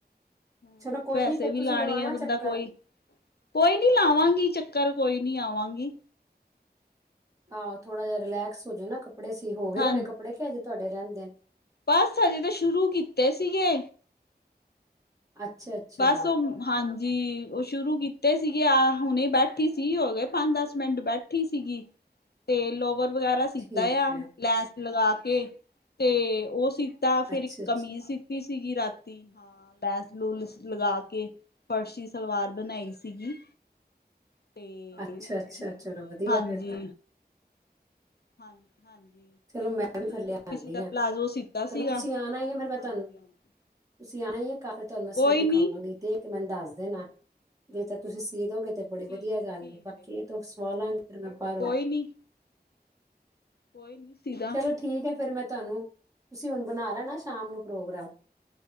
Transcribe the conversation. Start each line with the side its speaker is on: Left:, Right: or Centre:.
Left: ਹਮ
Right: ਚਲੋ ਕੋਈ
Left: ਪੈਸੇ
Right: ਨੀ ਫੇਰ
Left: ਵੀ
Right: ਤੁਸੀਂ
Left: ਲਾਣੇ
Right: ਲਗਾਣਾ
Left: ਆ ਬੰਦਾ
Right: ਚੱਕਰ
Left: ਕੋਈ ਕੋਈ ਨਹੀਂ ਲਾਵਾਂਗੀ ਚੱਕਰ, ਕੋਈ ਨੀ ਆਵਾਂਗੀ
Right: ਆਹ ਥੋੜਾ ਜਿਹਾ ਰਿਲੈਕਸ ਹੋਜੇ ਨਾ ਕੱਪੜੇ ਸੀ, ਹੋਗੇ
Left: ਹਾਂਜੀ
Right: ਹੋਣੇ ਕੱਪੜੇ ਕਿ ਹਜੇ ਤੁਹਾਡੇ ਰਹਿੰਦੇ ਨੇ
Left: ਬਸ, ਹਜੇ ਤੇ ਸ਼ੁਰੂ ਕੀਤੇ ਸੀਗੇ
Right: <unintelligible> ਅੱਛਾ
Left: ਬਸ ਉਹ ਹਾਂਜੀ, ਉਹ ਸ਼ੁਰੂ ਕੀਤੇ ਸੀਗੇ, ਆ ਹੁਣੇ ਬੈਠੀ ਸੀ ਹੋ ਗਏ ਪੰਜ ਦਸ ਮਿੰਟ ਬੈਠ ਠੀ ਸੀਗੀ, ਤੇ ਲੋਵਰ ਵਗੈਰਾ ਸੀਤਾ
Right: ਠੀਕ
Left: ਆ
Right: ਹੈ
Left: ਲੈਂਸ ਲਗਾ ਕੇ ਤੇ ਉਹ ਸੀ ਤਾਂ, ਫਿਰ
Right: ਅੱਛਾ
Left: ਇੱਕ
Right: ਅੱਛਾ
Left: ਕਮੀਜ਼ ਸੀਤੀ ਸੀਗੀ ਰਾਤੀ, ਹਾਂ ਲੈਸ ਲੂਲਸ ਲਗਾ ਕੇ ਫਰਸ਼ੀ ਸਲਵਾਰ ਬਣਾਈ ਸੀਗੀ ਤੇ,
Right: ਅੱਛਾ ਅੱਛਾ
Left: ਹੁਣ
Right: ਚਲੋ ਵਧੀਆ
Left: ਹਾਂਜੀ
Right: ਫਿਰ ਤਾਂ
Left: ਹਾਂਜੀ ਹਾਂਜੀ
Right: ਚਲੋ
Left: ਤੇ ਹੁਣ
Right: ਮੈਂ ਵੀ ਫਿਰ ਲਿਆਨੀ
Left: ਕਿਸੇ ਦਾ
Right: ਆ
Left: ਪਲਾਜ਼ੋ ਸੀਤਾ ਸੀਗਾ,
Right: ਚਲੋ ਤੁਸੀਂ ਆਣਾ ਹੀ ਹੈ ਫਿਰ ਮੈਂ
Left: ਹਾਂਜੀ
Right: ਤੁਹਾਨੂੰ
Left: ਹਾਂਜੀ
Right: ਤੁਸੀਂ ਆਣਾ ਈ ਏ ਘਰ ਤੇ ਮੈਂ
Left: ਕੋਈ
Right: ਸੂਟ ਦਿਖਾਵਾਂਗੀ
Left: ਨੀ
Right: ਦੇਖ ਕੇ ਮੈਨੂੰ ਦੱਸ ਦੇਣਾ ਨੀ ਤੇ ਤੁਸੀਂ ਸੀ ਦੋਗੇ ਤੇ ਬੜੀ
Left: ਠੀਕ
Right: ਵਧੀਆ ਗੱਲ
Left: ਠੀਕ
Right: ਏ ਬਾਕੀ
Left: ਹੈ
Right: ਇਹ ਤਾ ਸਵਾਲਾਂਗੀ ਫਿਰ ਮੈਂ ਬਾਹਰੋਂ
Left: ਕੋਈ
Right: ਈ
Left: ਨੀ ਕੋਈ ਨ ਸੀ
Right: ਚਲੋ ਠੀਕ ਏ ਫਿਰ ਮੈਂ ਤੁਹਾਨੂੰ ਤੁਸੀਂ ਹੁਣ ਬਣਾ ਲੈਣਾ ਸ਼ਾਮ ਨੂੰ ਪ੍ਰੋਗਰਾਮ